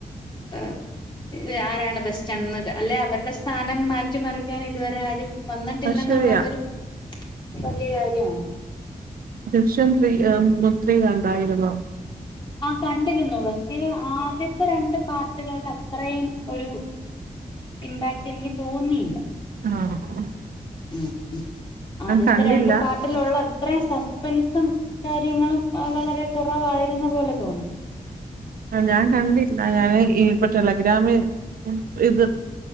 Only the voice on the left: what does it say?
ഏഹ് ആരാണ് ബസ്റ്റ് എന്ന്. അല്ലെ അവരുടെ സ്ഥാനം മാറ്റിമറിക്കാൻ ഇതുവരെ ആരും. വന്നിട്ടില്ലെന്നുള്ളതൊരു
വലിയ കാര്യവാണ്.
ആഹ് കണ്ടിരുന്നു. പക്ഷെ ആദ്യത്തെ രണ്ട് പാർട്ടികളുടെ അത്രയും ഒരു ഇമ്പാക്ട് എനിക്ക് തോന്നിയില്ല.
ഉം ഉം ആദ്യത്തെ
രണ്ട് പാർ ട്ടിലുള്ള അത്രയും സസ്പെൻസും കാര്യങ്ങളും വളരെ കുറവായിരുന്ന പോലെ തോന്നും.